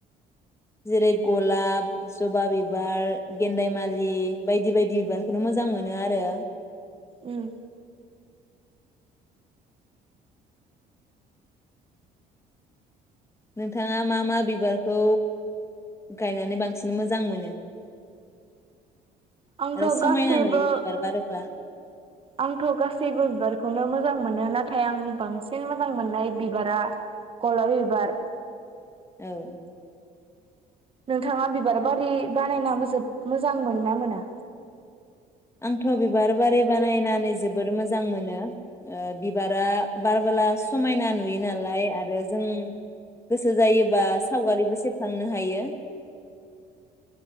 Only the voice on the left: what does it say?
जेरै गलाब जबा बिबार गेन्दायमालि बायदि बायदि बिबारखौनो मोजां मोनो आरो।
नोंथाङा मा मा बिबारखौ गायनानै बांसिन मोजां मोनो?
आरो समायना
नुयो बिबार बारोब्ला।
औ।
आंथ' बिबार बारि बानायनानै जोबोद मोजां मोनो। ओ बिबारा बारबोला समायना नुयो नालाय आरो जों गो सो जायोबा सावगारिबो से खांनोबो हायो।